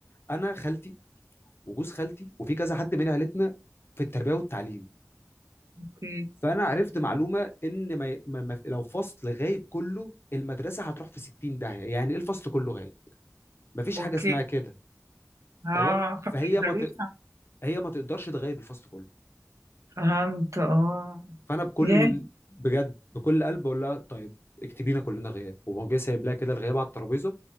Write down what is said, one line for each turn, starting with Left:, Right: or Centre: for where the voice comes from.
Left: انا خالتي وجوز خالتي وفي كذا حد من عيلتنا في التربيه والتعليم
Right: اوكي
Left: فانا عرفت معلومه ان ما ما ما- لو فصل غايب كله المدرسه هتروح في 60 داهيه يعني ايه الفصل كله غايب مفيش
Right: اوكي
Left: حاجه اسمها كده
Right: اه
Left: تمام فهي
Right: فما يقدروش
Left: ما ت... هي ما تقدرش تغيب الفصل كله
Right: فهمت اه
Left: فانا بكل
Right: يا
Left: بجد بكل قلب بقول لها طيب اكتبينا كلنا غياب وهو جاي سايب لها كده الغياب على الترابيزه